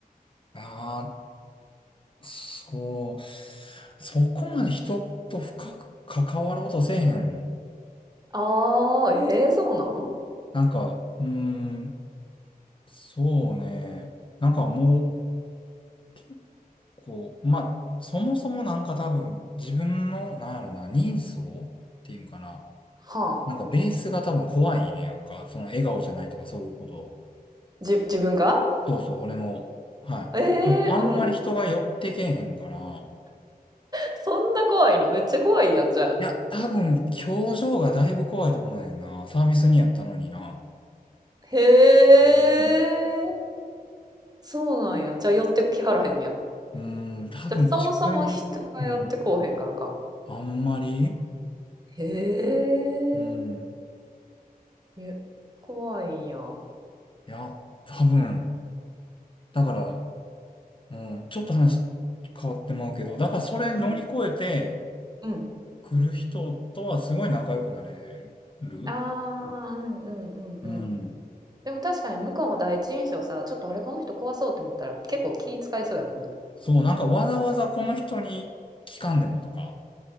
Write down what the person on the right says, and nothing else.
あー、えー、そうなん
は
じ、自分が
ええーうん。
そんな怖いのめっちゃ怖いやん、じゃあ。
へえ、
そうなんや。じゃあ寄ってきはらへんやん。
じゃあそもそも人が寄ってこうへんからか。
へえ、
え、怖いんや。
うん。うん。
ああ、うんうんうんうん。
でも確かに向こうも第一印象さ、ちょっとあれこの人怖そうって思ったら結構気使いそうやもんな。